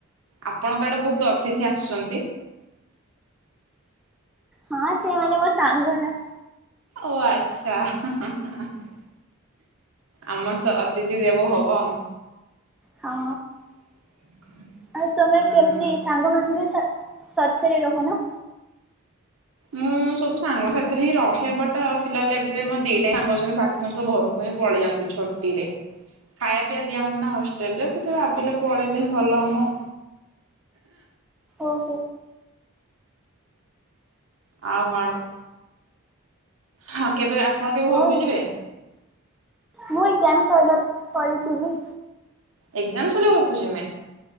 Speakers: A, on the right (about 75°); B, in the centre.
A: ଆପଣଙ୍କ ଆଡେ ବହୁତ ଅତିଥି ଆସୁଚନ୍ତି।
B: ହଁ ସେମାନେ ମୋ ସାଙ୍ଗ ରା।
A: ଓ ଆଚ୍ଛା <unintelligible> ଆମର ତ ଅତିଥି ଦେବୋ ଭବମ୍।
B: ହଁ।
A: <unintelligible>
B: ଆଉ ତମେ
A: ହୁଁ।
B: କେମ୍ତି ସାଙ୍ଗ ମନଙ୍କ ସାଥେରେ ରହୁନ?
A: ମୁଁ ସବୁ ସାଙ୍ଗ ସାଥିରେ ହିଁ ରହେ, ବଟ୍ ଫିଲ୍ହାଲ୍ ଏବେ ମୋ ଦିଟା ସାଙ୍ଗ ଅଛନ୍ତି ବାକି ସମସ୍ତେ ଘରକୁ ହଁ ପଳେଇ ଯାନ୍ତି ଛୁଟିରେ। ଖାଇବା ପିଇବା ଦିଆହଉନି ନା ହଷ୍ଟେଲ୍ ରେ ତ ସେ ଭାବିଲେ ପଳେଇଲେ ହିଁ ଭଲ ହମ।
B: ଓହୋ।
A: ଆଉ କଣ? ହଁ କେବେ ଆପଣ କେବେ
B: ହଉ
A: ଘରକୁ ଯିବେ?
B: ମୁଁ ଏକ୍ଜାମ୍ ସଇଲା ପରେ ଯିବି।
A: ଏକ୍ଜାମ୍ ସଇଲେ ଘରୁକୁ ଯିମେ?